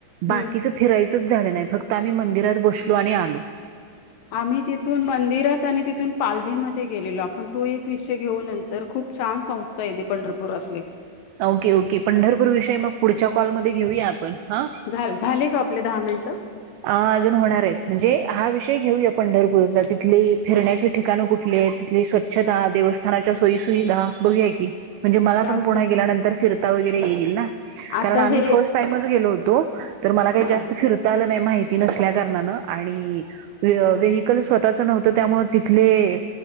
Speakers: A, on the left (about 75°); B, on the right (about 85°).
A: हम्म
B: बाकीच फिरायचंच झालं नाही फक्त आम्ही मंदिरात बसलो आणि आलो.
A: आम्ही तिथून मंदिरात आणि तिथून पालवीमध्येध्ये गेलेलो आपण तो एक विषय घेऊन नंतर खूप छान संस्था आहेेते पंढरपुरातली
B: ओके ओके पंढरपूर विषय मग पुढच्या कॉलमध्ये घेऊया आपण. हा.
A: झा झाले का आपले दहा मिनिटं
B: अ अजून होणार आहेत म्हणजे हा विषय घेऊया पंढरपू तिथली फिरण्याची ठिकाणं कुठली आहेत? तिथली स्वच्छता देवस्थानाच्या सोयीसुविधा बघूया की म्हणजे मला
A: चालते
B: पण पुन्हा गेल्यानंतर फिरता वगैरे येईल ना. कारण
A: आता
B: आम्ही
A: हे
B: फर्स्ट टाईमच गेलो होतो तर मला काही
A: ह
B: जास्त फिरता आल माहिती नसल्या कारणान आणि व्हेयिकल स्वतःच नव्हतं त्यामुळे तिथले